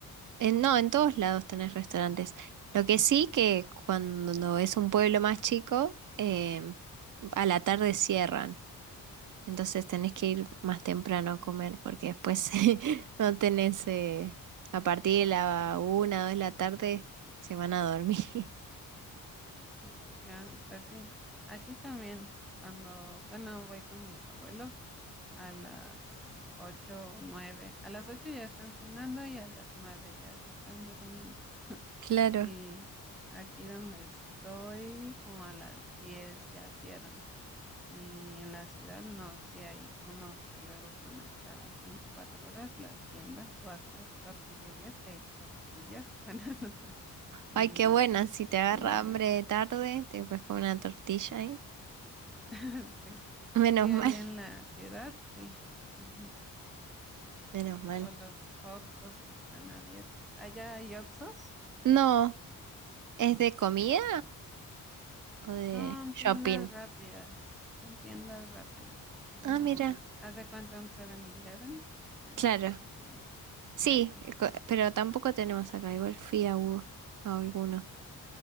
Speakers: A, on the right; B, in the centre.
A: en- no, en todos lados tenés restaurantes. Lo que sí que cuando es un pueblo más chico, em, a la tarde cierran, entonces tenés que ir más temprano a comer porque después <laughs> no tenés, eh, a partir de la una o dos de la tarde se van a dormir.
B: Oh, ya, pues sí. Aquí también, cuando, bueno, voy con mis abuelos a las ocho o nueve. A las ocho ya están cenando y a las nueve ya se están durmiendo.
A: <laughs> Claro.
B: Y aquí donde estoy, como a las 10 ya cierran. Y en la ciudad no, sí hay unos que luego son hasta 24 horas las tiendas o hasta tortillerías, que hay tortillas, <laughs> bueno, no sé, y
A: Ay, qué buena. Si te
B: están
A: agarra
B: abiertas.
A: hambre de tarde, te puedes comer una tortilla ahí.
B: <laughs> Sí,
A: Menos
B: sí,
A: mal,
B: ahí en
A: <laughs>
B: la ciudad, sí. Ujú.
A: menos mal.
B: O los oxos que están abiertos. ¿Allá hay oxos?
A: No, ¿es de comida
B: Mm.
A: o de
B: Son
A: shopping?
B: tiendas rápidas, son tiendas rápidas, como,
A: Ah, mira,
B: haz de cuenta en 7-Eleven, no
A: claro.
B: sé si lo conozco,
A: Sí,
B: así,
A: co- pero tampoco tenemos acá. Igual fui a, u- a alguno.